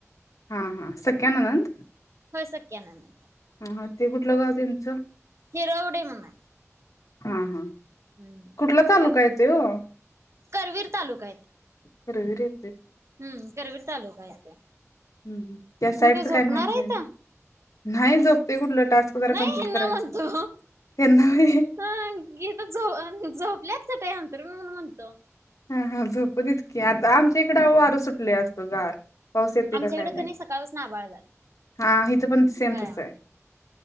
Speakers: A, on the left; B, on the right.
A: हा हां सख्या ननंद
B: होय सख्याननंद
A: हा हा ते कुठलं गाव तेनच?
B: हिरवडे म्हणून हाय.
A: हा हा
B: हम्म
A: कुठला तालुका
B: मग
A: येतोय ओ?
B: करवीर तालुका येतोय.
A: करवीर ये
B: हम्म करवीर तालुका येतोय.
A: हम्म त्या साईडचं
B: तुम्ही काय झोपणार
A: माहित
B: हाय
A: नाही
B: इथ.
A: ना नाही झोपतोय कुठलं टास्क जरा
B: नाही
A: कंप्लीट
B: हेंना
A: करायचं
B: म्हणतोय
A: त्यांना व्हय
B: ओ इथं झो अ झोपल्यात. चटई अंथरूण म्हणून म्हणतो.
A: हा हा झोप. झोपू देत की आता आमच्या इकड अहो वारं सुटलय आज. पगार पाऊस येतोय
B: आमच्याकडे
A: का काय माहीत
B: कणी सकाळपासून आभाळ झालंय.
A: हा हिथं पण सेम
B: होय
A: तस आहे